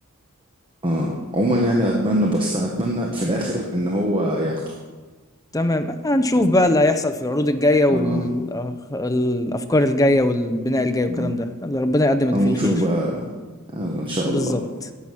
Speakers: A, on the right; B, on the left.
A: آه. عموما يعني اتمنى بس اتمنى في الاخر ان هو ياخده
B: تمام آه هنشوف بقى اللي هيحصل في العروض الجاية والأفكار
A: اه
B: الجاية والبناء الجاي والكلام
A: اه
B: ده يلا ربنا يقدم اللي
A: آه،
B: فيه
A: ونشوف
B: الخير
A: بقى يلا ان شاء
B: بالظبط
A: الله